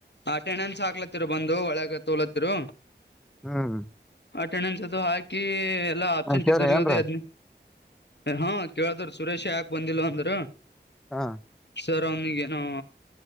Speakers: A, on the left; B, in the centre.
A: ಆಟೆಣನ್ಸ್ ಹಾಕ್ಲತ್ತರು ಬಂದು ಒಳಗ ತೋಲತ್ತರು.
B: ಹ್ಮ್
A: ಅಟೆಂಡೆನ್ಸ್ ಅದು ಹಾಕಿ ಎಲ್ಲಾ ಆಬ್ಸೆಂಟ್
B: ಹ ಕೇಳ್ರಿ
A: ಇದ್ದ್ರಗದು
B: ಏನ್ರ
A: ಎದು ಹಾ ಕೇಳಿದ್ರ ಸುರೇಶ ಯಾಕೆ ಬಂದಿಲ್ಲ ಅಂದ್ರ.
B: ಹಾ
A: ಸರ್ ಅವನಿಗೇನು.